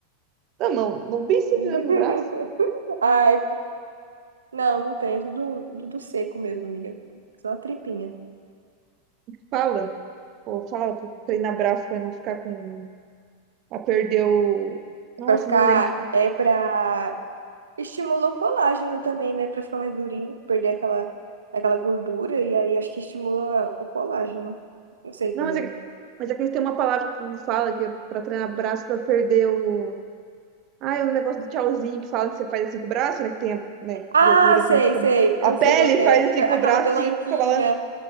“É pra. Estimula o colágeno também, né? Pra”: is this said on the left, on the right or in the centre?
Right